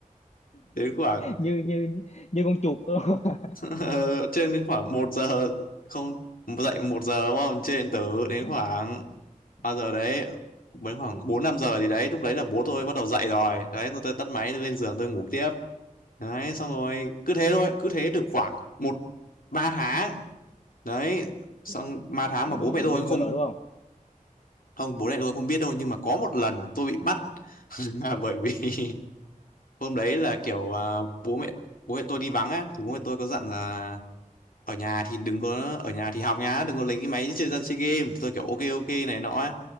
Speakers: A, on the left; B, on the left.
A: <laughs> đến khoảng
B: như như như con chuột đó. <laughs>
A: Ờ, trên đến khoảng một giờ không dậy một giờ đúng không trên tớ đến
B: à,
A: khoảng bao giờ đấy đến khoảng 4 5 giờ thì đấy lúc đấy là bố tôi bắt đầu dậy rồi đấy rồi tôi tắt máy tôi lên giường tôi ngủ tiếp đấy xong rồi cứ thế thôi cứ thế được khoảng một ba tháng đấy xong
B: là,
A: ba tháng
B: là
A: mà
B: bị
A: bố mẹ tôi
B: nghi
A: cũng
B: ngờ
A: không
B: đúng không
A: không bố mẹ tôi không biết đâu nhưng mà có một lần tôi bị bắt <laughs> là bởi vì <laughs> hôm đấy là kiểu à, bố mẹ bố mẹ tôi đi vắng á thì bố mẹ tôi có dặn là ở nhà thì đừng có ở nhà thì học nhá đừng có lấy cái máy chơi ra chơi game thì tôi kiểu ok ok này nọ ấy.